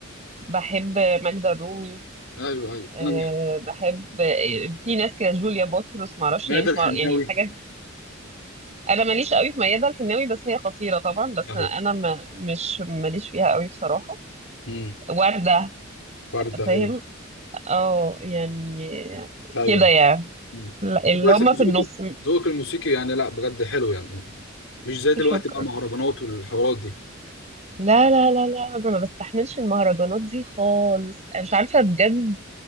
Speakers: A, on the right (about 35°); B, on the left (about 70°).
A: بحب ماجدة الرومي
B: ايوه ايوه
A: أه
B: انا
A: بحب آه، في ناس كده جوليا بطرس ما اعرفش
B: مادة
A: يعني مش
B: الحناوي
A: معرف يعني الحاجات انا ماليش قوي في ميادة الحناوي بس هي خطيرة طبعا بس
B: ايوه
A: انا ما مش ماليش فيها قوي بصراحة
B: امم
A: وردة
B: ورده
A: فاهم
B: ايوه
A: اه يعني
B: ايوه
A: كده يعني
B: مم.
A: لا، اللي
B: كويس
A: هم
B: ان ذوقك
A: في النص
B: ذوقك الموسيقي يعني لا بجد حلو يعني مش زي دلوقتي
A: شكرا
B: بقى مهرجانات والحوارات دي
A: لا لا لا لا انا ما بستحملش المهرجانات دي خالص انا مش عارفه بجد